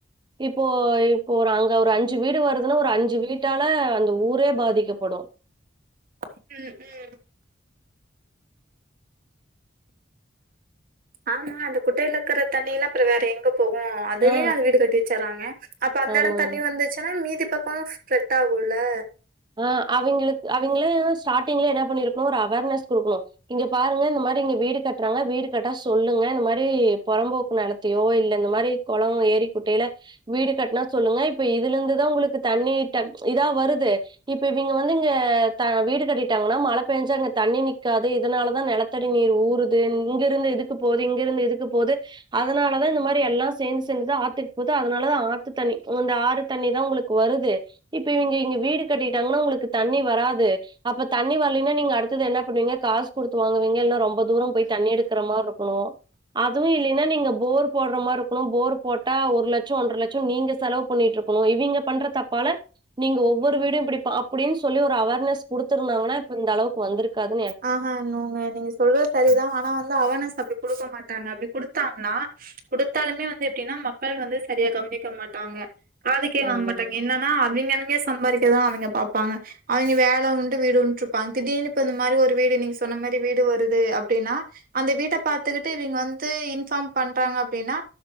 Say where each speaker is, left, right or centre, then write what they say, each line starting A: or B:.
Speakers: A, on the right; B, on the right.
A: இப்போ இப்போ ஒரு அங்க ஒரு அஞ்சு வீடு வருதுன்னா ஒரு அஞ்சு வீட்டால அந்த ஊரே பாதிக்கப்படு
B: ம் ம் ஆமா அந்த குட்டையில இருக்கற தண்ணி எல்லா அப்பற வேற எங்க போகு அதுலே
A: ஆ.
B: அது வீடு கட்டி வச்சுறாங்க அப்ப அந்த
A: ஆமாங்க.
B: எடோ தண்ணி வந்துச்சுன்னா மீதி பக்கோமு செட் ஆகுல்ல
A: அ அவைங்களுக்கு அவைங்ளே ஸ்டார்டிங்லே என்ன பண்ணிருக்னு ஒரு அவேர்னஸ் குடுக்கணு இங்க பாருங்க இந்த மாரி இங்க வீடு கட்டுறாங்க வீடு கட்டா சொல்லுங்க இந்த மாரி பொறம்போக்கு நெலத் தையோ இல்ல இந்த மாரி கொளோ ஏரி குட்டையில வீடு கட்னா சொல்லுங்க இப்ப இதுலந்துதா உங்களுக்கு தண்ணி டக் இதா வருது இப்ப இவேங்க வந்து இங்க தா வீடு கட்டிட்டாங்கன்னா மழ பெஞ்சா இங்க தண்ணி நிக்காது இதனால தா நெலட் த் த்தடி நீர் ஊறுது இங்கிருந்து இதுக்கு போது இங்கிருந்து இதுக்கு போது அதனால தா இந்த மாரி எல்லா சேந்து சேந்து ஆத்துக்கு போது அதனால தா ஆத்து தண்ணி இந்த ஆறு தண்ணி தா உங்களுக் வருது இப்ப இவங்க இங்க வீடு கட்டிட்டாங்கன்னா உங்களுக்கு தண்ணி வராது அப்ப தண்ணி வரலைன்னா நீங்க அடுத்தது என்ன பண்ணுவீங்க காசு குடுத்து வாங்குவீங்க இன்னா ரொம்ப தூரோ போய் தண்ணி எடுக்கற மாரி இருக்கனு அதுவு இல்லைன்னா நீங்க போர் போடுற மாரி இருக்கனு போர் போட்டா ஒரு லட்சோ ஒன்ற லட்சோ நீங்க செலவு பண்ணிட்டுருக் க்குனு இவங்க பண்ற தப்பால நீங்க ஒவ்வொரு வீடு இப்டி அப்டின்னு சொல்லி ஒரு அவேர்னஸ் குடுத்திருந்தாங்கன்னா இப்ப இந்த அளவுக்கு வந்திருக்காது
B: அ ஹா நோங்க நீங்க சொல்ற து சரிதா ஆனா வந்து அவார்னஸ் அப்டி குடுக்க மாட்டாங்க அப்டி குடுத்தாங்னா குடுத்தாலுமே வந்து எப்டின்னா மக்கள் வந்து சரியா கவனிக்க மாட்டாங்க காதுக்கே வாங்க
A: ஆமாங்க.
B: மாட்டாங்க என்ன னா அவிங்க அவிங்க சம்பாரிக்கதா அவிங்க பாப்பாங்க அவிங்க வேல உண்டு வீடு உண்ட் ருப்பாங்க திடீர்னு இப்ப இந்த மாரி ஒரு டு வீடு நீங்க சொன்ன மாரி வீடு வருது அப்டின்னா அந்த வீட்ட பாத்துக்கிட்டு இவிங்க வந்து இன்ஃபார்ம் பண்றாங்க அப்டின்னா